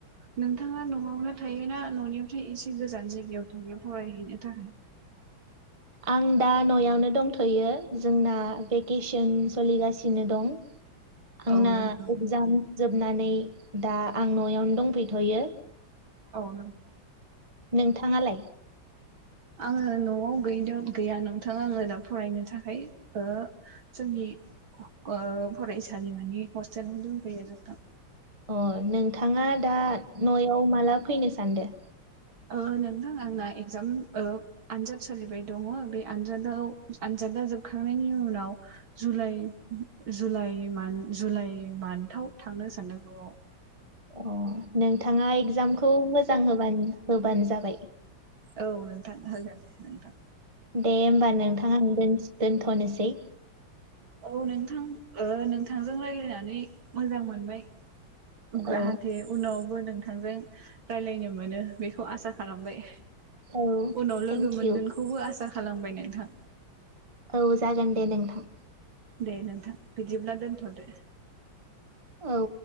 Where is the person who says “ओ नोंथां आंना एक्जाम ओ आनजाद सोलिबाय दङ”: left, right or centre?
Right